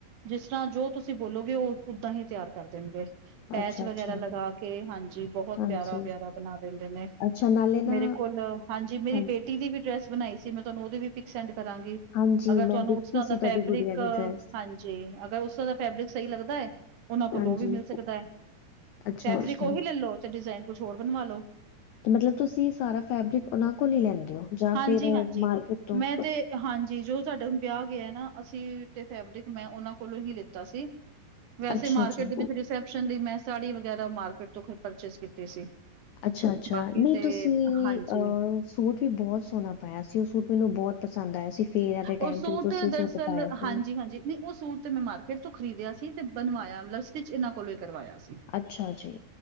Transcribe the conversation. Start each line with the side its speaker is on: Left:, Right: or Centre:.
Right: ਜਿਸ ਤਰਾਂ ਜੋ ਤੁਸੀਂ ਬੋਲੋਗੇ ਉਹ ਉਦਾਂ ਹੀ, ਤਿਆਰ ਕਰ ਦੇਣਗੇ। ਪੈਚ
Left: ਅੱਛਾ-ਅੱਛਾ,
Right: ਵਗੈਰਾ ਲਗਾ, ਕੇ ਹਾਂਜੀ, ਬਹੁਤ
Left: ਹਾਂਜੀ,
Right: ਪਿਆਰਾ- ਪਿਆਰਾ ਬਣਾ ਦਿੰਦੇ ਨੇ।
Left: ਅੱਛਾ ਨਾਲੇ
Right: ਮੇਰੇ
Left: ਨਾ
Right: ਕੋਲ ਹਾਂਜੀ, ਮੇਰੀ
Left: ਹਾਂ-
Right: ਬੇਟੀ ਦੀ ਵੀ, ਡਰੈਸ ਬਣਾਈ ਸੀ। ਮੈਂ ਤੁਹਾਨੂੰ ਉਹਦੀ ਵੀ, ਪਿਕ ਸੈਂਡ ਕਰਾਂਗੀ।
Left: ਹਾਂਜੀ,
Right: ਅਗਰ
Left: ਮੈਂ
Right: ਤੁਹਾਨੂੰ
Left: ਦੇਖੀ
Right: ਉਸ ਤਰਾਂ, ਦਾ
Left: ਸੀ ਤੁਹਾਡੀ
Right: ਫੈਬਰਿਕ
Left: ਗੁੜੀਆ ਦੀ ਡਰੈਸ,
Right: ਹਾਂਜੀ, ਅਗਰ ਉਸ ਤਰਾਂ ਦਾ, ਫੈਬਰਿਕ ਸਹੀ ਲੱਗਦਾ ਹੈ। ਉਹਨਾਂ ਕੋਲ,
Left: ਹਾਂਜੀ,
Right: ਉਹ ਵੀ ਮਿਲ ਸਕਦਾ ਹੈ।
Left: ਅੱਛਾ-ਅੱਛਾ।
Right: ਫੈਬਰਿਕ ਉਹੀ ਲੈ ਲਓੇ, ਡਿਜ਼ਾਇਨ ਕੁਛ ਹੋਰ ਬਣਵਾ ਲਉ।
Left: ਮਤਲਬ ਤੁਸੀਂ ਸਾਰਾ, ਫੈਬਰਿਕ ਉਹਨਾਂ ਕੋਲ ਹੀ ਲੈਂਦੇ, ਹੋ ਜਾਂ
Right: ਹਾਂਜੀ-ਹਾਂਜੀ।
Left: ਫੇਰ ਮਾਰਕੀਟ ਤੋਂ-
Right: ਮੈਂ ਤੇ ਹਾਂਜੀ, ਜੋ ਸਾਡਾ ਹੁਣ, ਵਿਆਹ ਗਿਆ ਏ ਨਾ। ਅਸੀਂ ਤੇ ਫੈਬਰਿਕ, ਮੈਂ ਉਹਨਾਂ ਕੋਲੋਂ ਹੀ ਲਿੱਤਾ ਸੀ। ਵੈਸੇ
Left: ਅੱਛਾ
Right: ਮਾਰਕੀਟ
Left: ਜੀ।
Right: ਦੇ ਵਿੱਚ ਰਿਸੈਪਸ਼ਨ ਲਈ, ਮੈਂ ਸਾੜੀ ਵਗੈਰਾ, ਮਾਰਕੀਟ ਤੋਂ ਪਰਚੇਜ ਕੀਤੀ ਸੀ।
Left: ਅੱਛਾ-ਅੱਛਾ,
Right: ਬਾਕੀ
Left: ਨਹੀਂ
Right: ਤੇ
Left: ਤੁਸੀਂ
Right: ਹਾਂਜੀ
Left: ਅਹ ਸੂਟ ਵੀ, ਬਹੁਤ ਸੋਹਣਾ ਪਾਇਆ ਸੀ। ਉਹ ਸੂਟ ਮੈਨੂੰ ਬਹੁਤ, ਪਸੰਦ ਆਇਆ ਸੀ। ਫੇਅਰ ਦੇ
Right: ਉਹ
Left: ਟਾਈਮ
Right: ਸੂਟ,
Left: ਤੇ ਤੁਸੀਂ
Right: ਦਰਅਲ
Left: ਸੂਟ ਪਾਇਆ ਸੀ।
Right: ਹਾਂਜੀ-ਹਾਂਜੀ। ਨਹੀਂ ਉਹ ਸੂਟ, ਤੇ ਮੈਂ ਮਾਰਕੀਟ ਤੋਂ ਖਰੀਦਿਆ ਸੀ। ਤੇ ਬਣਵਾਇਆ, ਮਤਲਬ ਸਟਿਚ ਇਹਨਾਂ ਕੋਲੋਂ ਹੀ, ਕਰਵਾਇਆ ਸੀ।
Left: ਅੱਛਾ ਜੀ।